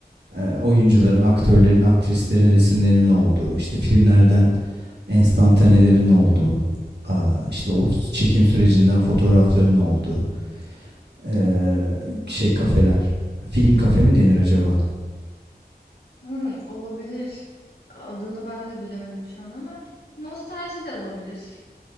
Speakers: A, on the right (about 80°); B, on the left (about 70°).
A: e, oyuncuların, aktörlerin, aktrislerin resimlerinin olduğu, işte filmlerden enstantanelerin olduğu, aa, işte o çekim sürecinden fotoğrafların olduğu ee, şey kafeler. Film kafe mi denir acaba?
B: Hımm, olabilir. Adını ben de bilemedim şu an ama nostalji de olabilir.